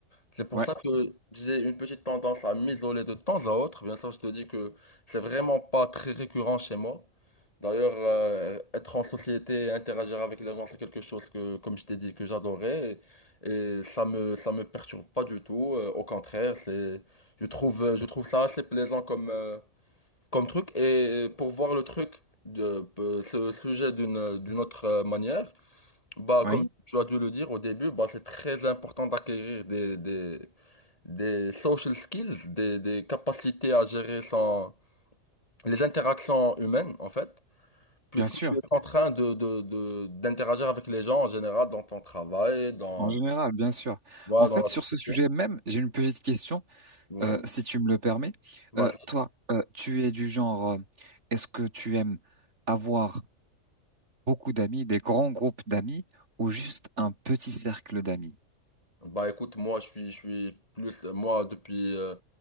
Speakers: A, on the left (about 25°); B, on the right (about 55°).
A: C'est pour
B: Ouais,
A: ça que j'ai une petite tendance à m'isoler de temps à autre. Bien sûr, je te dis que c'est vraiment pas très récurrent chez moi. D'ailleurs, euh, être en société et interagir avec les gens, c'est quelque chose que, comme je t'ai dit, que j'adorais. Et, et ça me, ça me perturbe pas du tout. Euh, au contraire, c'est, je trouve, je trouve ça assez plaisant comme, euh, comme truc. Et pour voir le truc, de, euh, ce sujet d'une, d'une autre euh, manière, bah,
B: oui,
A: comme tu as dû le dire au début, bah, c'est très important d'acquérir des, des- des social skills, des, des capacités à gérer son, les interactions humaines, en fait, puisque
B: bien sûr.
A: tu es en train de, de, de- d'interagir avec les gens en général dans ton travail, dans,
B: En général, bien sûr.
A: voilà,
B: En fait,
A: dans la
B: sur
A: société.
B: ce sujet même, j'ai une petite question,
A: Oui.
B: euh, si tu me le permets.
A: Vas-y.
B: Euh, toi, euh, tu es du genre, euh, est-ce que tu aimes avoir beaucoup d'amis, des grands groupes d'amis, ou juste un petit cercle d'amis?
A: Bah écoute, moi je suis, je suis plus, moi depuis, euh,